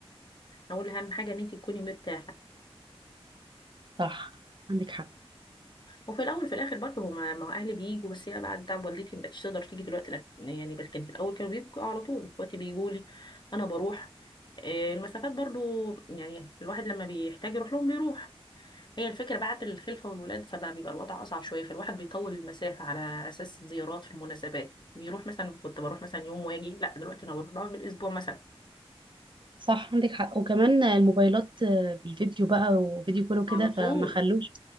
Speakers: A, on the left (about 45°); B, on the right (about 50°).
A: اقول اهم حاجه ان انت تكوني مرتاحه
B: صح عندك حق
A: وفي الاول وفي الاخر برضه هما ما هو اهلي بيجوا بس هي بعد تعب والدتي ما بقتش تقدر تيجي دلوقتي لا يعني بس كان في الاول كانوا بيجوا على طول دلوقتي بيجوا لي انا بروح آه، المسافات برضو يعني الواحد لما بيحتاج يروح لهم بيروح هي الفكرة بعد الخلفة والولاد فبقى بيبقى الوضع أصعب شوية فالواحد بيطول المسافة على أساس زيارات في المناسبات بيروح مثلا كنت بروح مثلا يوم واجي لا دلوقتي أنا بروح بقعد بالأسبوع مثلا
B: صح عندك حق وكمان الموبايلات بالفيديو بقى وفيديو كله كده
A: على طول
B: فما خلوش